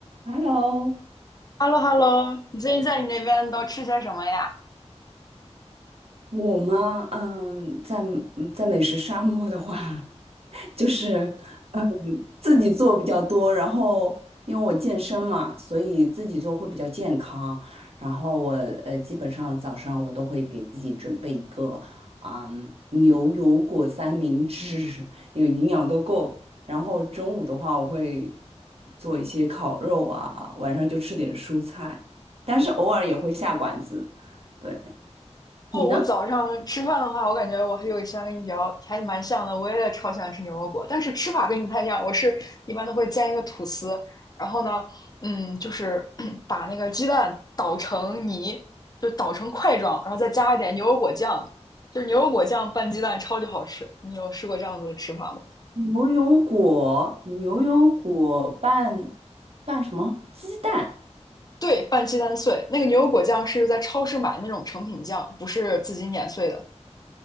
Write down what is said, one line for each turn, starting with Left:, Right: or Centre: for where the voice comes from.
Right: Hello，
Left: h e l l o h e l l o 你最近在你那边都吃些什么呀？
Right: 我嘛，嗯，在嗯在美食沙漠的话，<laughs> 就是嗯自己做比较多，然后因为我健身嘛，所以自己做会比较健康。然后我呃基本上早上我都会给自己准备一个啊、嗯牛油果三明治，因为营养都够。然后中午的话，我会做一些烤肉啊，晚上就吃点蔬菜，但是偶尔也会下馆子。对，
Left: 哦，
Right: 你呢？
Left: 我早上吃饭的话，我感觉我还有一些跟你比较还蛮像的，我也超喜欢吃牛油果，但是吃法跟你不太一样。我是一般都会煎一个吐司，然后呢，嗯，就是 <clears throat> 把那个鸡蛋捣成泥，就捣成块状，然后再加一点牛油果酱，就是牛油果酱拌鸡蛋超级好吃。你有试过这样子的吃法吗？
Right: 牛油果，牛油果拌拌什么？鸡蛋，
Left: 对，拌鸡蛋碎，那个牛油果酱是在超市买那种成品酱，不是自己碾碎的。